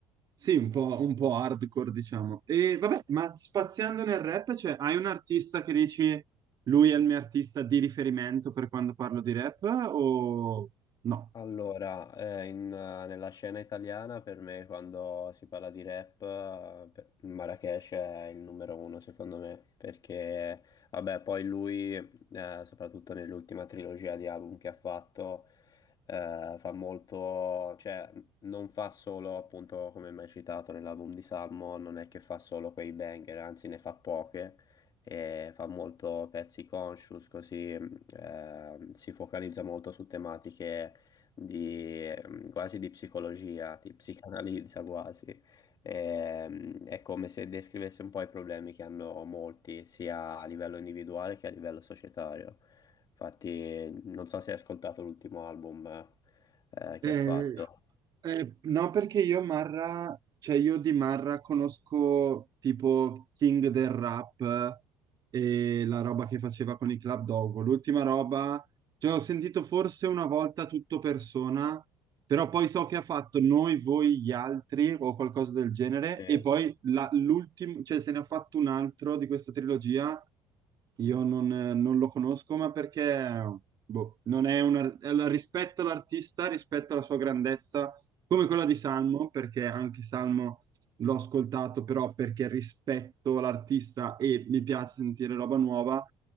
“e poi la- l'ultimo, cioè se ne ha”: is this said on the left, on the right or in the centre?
Right